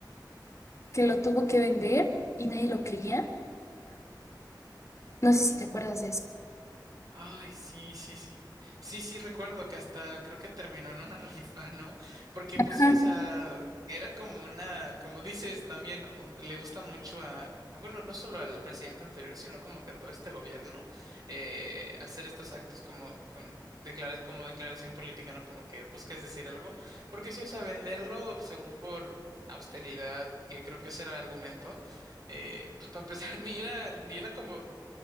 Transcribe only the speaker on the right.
Ay, sí, sí, sí. Sí, sí, recuerdo que hasta creo que terminó en una <laughs> rifa, ¿no? Porque
pues sí, o sea, era como una, como dices también, o- le gusta mucho a, a- bueno, no solo al presidente anterior, sino como que a todo este gobierno, eh, hacer estos actos como con... declara- como declaración política, ¿no? Como que busques decir algo, porque sí, o sea, venderlo según por austeridad, que creo que ese era el argumento, eh, pues para empezar, <laughs> ni era, ni era como